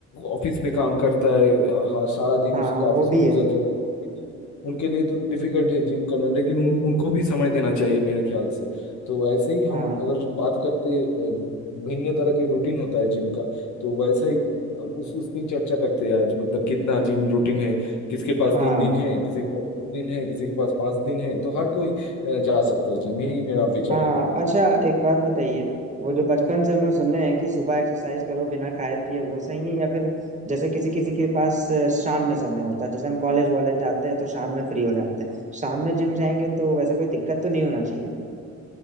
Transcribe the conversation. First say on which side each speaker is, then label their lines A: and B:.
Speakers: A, on the left; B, on the right.
A: ऑफिस में काम करता है अ, हाँ सारा दिन
B: हाँ
A: उसका ऑफिस
B: वो
A: में
B: भी
A: गुजर
B: है
A: जाता है क्योंकि उनके लिए तो डिफिकल्ट है जिम करना लेकिन उन उनको भी समय देना चाहिए मेरे ख्याल से तो वैसे ही हम
B: हाँ
A: अगर बात करते अ, भिन्न तरह के रूटीन होता है जिम का तो वैसा ही अ, उस उस पे ही चर्चा करते हैं आज मतलब कितना जिम रूटीन है किसके पास
B: हाँ
A: तीन दिन है किसी के पास दो दिन है किसी के पास पांच दिन है तो हर कोई अ, जा सकता है जिम यही मेरा विचार
B: हाँ
A: है
B: अच्छा एक बात बताइए वो जो बचपन से हम लोग सुने हैं कि सुबह एक्सरसाइज करो बिना खाए पिए वो सही है या फिर जैसे किसी किसी के पास अ, शाम में समय होता है जैसे हम कॉलेज वॉलेज जाते हैं तो शाम में फ्री हो जाते हैं शाम में जिम जाएंगे तो वैसे कोई दिक्कत तो नहीं होना चाहिए